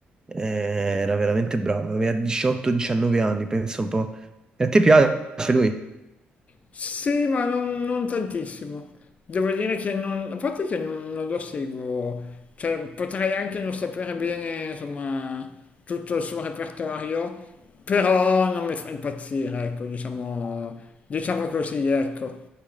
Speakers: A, on the right; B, on the left.
A: Eh, era veramente bravo, aveva 18-19 anni, penso un po'. E a te piace lui?
B: Sì, ma non, non tantissimo. Devo dire che non, a parte che non, non lo seguo, cioè potrei anche non sapere bene, insomma, tutto il suo repertorio, però non mi fa impazzire, ecco, diciamo, diciamo così, ecco.